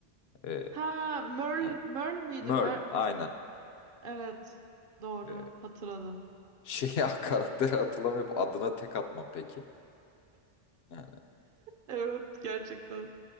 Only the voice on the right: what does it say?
Ha, Merl,
Merl miydi?
Mer
evet. Doğru.
Hatırladım.
Evet, gerçekten.